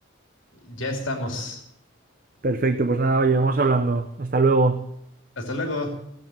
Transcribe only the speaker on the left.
Ya estamos.
Hasta luego.